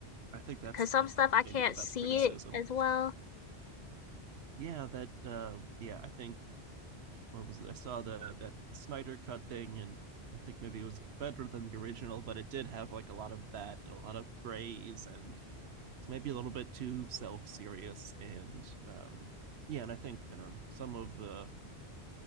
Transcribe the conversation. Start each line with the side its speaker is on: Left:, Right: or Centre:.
Right: I think that's
Left: because some
Right: that's
Left: stuff I can't
Right: maybe the best
Left: see
Right: criticism.
Left: it as well.
Right: Yeah, that. Uh, yeah, I think what was it? I saw the that Snyder cut thing, and I think maybe it was better than the original, but it did have like a lot of that and a lot of grays, and it's maybe a little bit too self serious. And um, yeah, and I think I don't know some of the